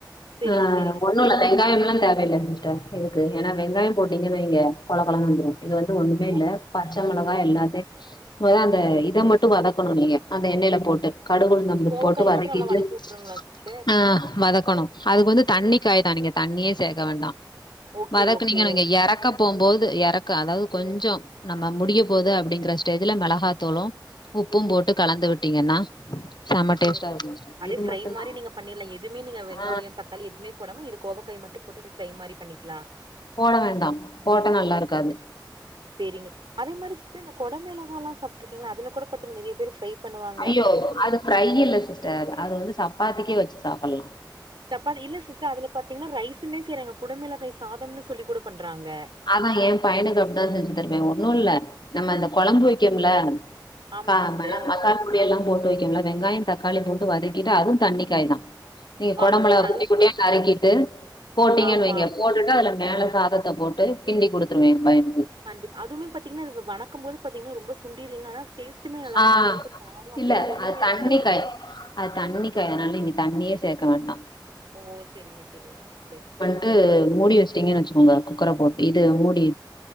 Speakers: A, on the right; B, on the left.
A: செரிங்க
B: ஆ
A: செரிங்க
B: ஒண்ணு
A: சிஸ்டர்
B: இல்ல வெங்காயம்ல்லா தேவையில்ல சிஸ்டர் இருக்கு ஏனா வெங்காயம் போட்டீங்கன்னு வைய்ங்க கொழ கொழன்னு வந்துரும் இது வந்து ஒன்னுமே
A: ஓ
B: இல்ல பச்ச மிளகா
A: ஓகே
B: எல்லாத்தையு அந்த இத மட்டு வதக்கணு நீங்க அந்த எண்ணெயில போட்டு கடுகு உளுந்
A: கோவக்காய் மட்டு நல்லா வணக்கி விட்டுருங்களா சிஸ்டர்
B: ஆ வதக்கணு அதுக்கு வந்து தண்ணி காய் தா நீங்க தண்ணியே சேர்க்க வேண்டா
A: ஓகே
B: வதக்குனீங்க
A: ஓகே
B: வைங்க எறக்கப் போம்போது எறக்க அதாவது கொஞ்சோ நம்ப முடிய போது அப்டிங்கிற ஸ்டேஜ்ல மிளகாத்தூளும் உப்பும் போட்டு கலந்து விட்டீங்கன்னா செம
A: ஓகே
B: டேஸ்ட்டா
A: ஓகே
B: இருக்கும் சிஸ்டர்
A: அடியே
B: இது
A: ஃப்ரை
B: மட்டும்
A: மாரி
B: தான்
A: நீங்க பண்ணிரலா எதுமே நீங்க வெங்காயோ
B: ஆ
A: தக்காளி எதுமே போடாம இது கேவக்காய் மட்டு போட்டு அப்டியே ஃப்ரை மாரி பண்ணிக்கலா
B: போட வேண்டா போட்டா நல்லா இருக்காது
A: சேரிங்க அதே மாரி சிஸ்டர் இந்த கொட மிளகால்லா சாப்பிட்ருக்கீங்களா அதுல கூட பாத்தீங்க நெறைய பேரு ஃப்ரை பண்ணுவாங்க
B: ஐயோ அது ஃப்ரை இல்ல சிஸ்டர் அது வந்து சப்பாதிக்கே வச்சு சாப்பிடலாம்
A: சாப்பாதி இல்ல சிஸ்டர் அதுல பாத்தீங்கன்னா ரைஸுமே செய்றாங்க குடமிளகாய் சாதம்ன்னனு சொல்லி கூட பண்றாங்க
B: அதா ஏ பையனுக்கு அப்டிதா செஞ்சு தருவே ஒண்ணும் இல்ல நம்ம அந்த கொழம்பு வைக்குறம்ல
A: ஆமா
B: கா
A: சிஸ்டர்
B: மெளக மசால் பொடி எல்லா போட்டு வைக்கம்ல வெங்காயம் தக்காளி போட்டு வதக்கிட்டு அதுவு தண்ணிக்காய் தா நீங்க கொடமிளகாவ
A: ஆமா சிஸ்டர்
B: குட்டி
A: அதுவு
B: குட்டியா நறுக்கிட்டு போட்டீங்கன்னு
A: ஆமா
B: வைங்க போட்டுட்டு அதுல மேல சாதத்த போட் டு கிண்டி கொடுத்துருவே எ பையனுக்கு
A: கண்டிப்பா அதுமே பாத்தீங்கன்னாது வனக்கும் போது பாத்தீங்ன்னா ரொம்ப சுண்டிருங்கானா டேஸ்ட் அதுமே நல்லா இருக்கும்
B: ஆ
A: அளவுக்கு காரம் அப்படில்ல
B: இல்ல
A: ஒண்ணுமே
B: அது
A: இருக்காது
B: தண்ணிக்காய்
A: அதுல
B: அது தண்ணி காய் அதுனால நீங்க தண்ணியே சேக்க வேண்டா
A: ஓ சேரிங்க சேரிங்க சிஸ்டர்
B: இது மூடி வச்சுட்டீங்கன்னு வச்சுக்கோங்க குக்கர போட்டு இது மூடி